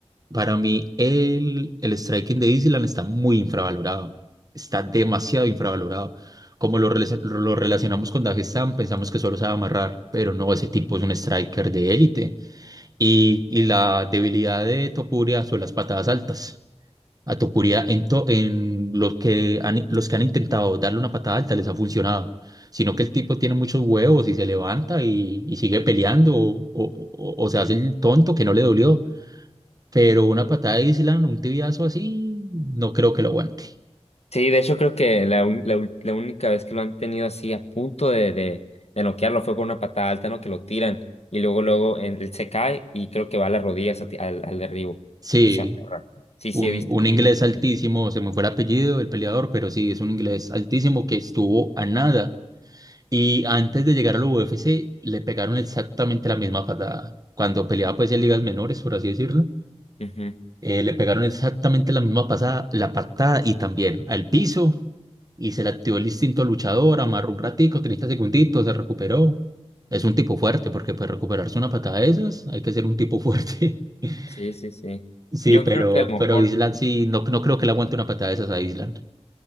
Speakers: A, on the right (about 35°); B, on the left (about 70°).
A: para mí el, el striking de Island está muy infravalorado. Está demasiado infravalorado. Como lo, relacion- lo relacionamos con Dagestan, pensamos que solo sabe amarrar, pero no, ese tipo es un striker de élite. Y, y la debilidad de Topuria son las patadas altas. A Topuria, en, to- en los que han, los que han intentado darle una patada alta les ha funcionado, sino que el tipo tiene muchos huevos y se levanta y, y sigue peleando o, o- o- o se hace el tonto que no le dolió, pero una patada de Island, un tibiazo así, no creo que lo aguante.
B: Sí, de hecho creo que la, un- la, ul- la única vez que lo han tenido así a punto de, de, de noquearlo fue con una patada alta, ¿no? Que lo tiran y luego luego en- él se cae y creo que va a las rodillas a ti- al, al derribo
A: Sí,
B: y se aferra. Sí,
A: un,
B: sí he visto,
A: un
B: sí
A: inglés
B: he visto.
A: altísimo, se me fue el apellido del peleador, pero sí, es un inglés altísimo que estuvo a nada. Y antes de llegar a la UFC le pegaron exactamente la misma patada. Cuando peleaba pues en ligas menores, por así decirlo
B: Ujú.
A: Eh, le pegaron exactamente la misma pasada, la patada y también al piso. Y se le activó el instinto luchador, amarró un ratico, 30 segunditos, se recuperó. Es un tipo fuerte, porque para recuperarse una patada de esas hay que ser un tipo fuerte. <laughs>
B: Sí, sí, sí.
A: Sí,
B: Yo
A: pero,
B: creo que a lo
A: pero
B: mejor
A: Island sí, no, no creo que le aguante una patada de esas a Island.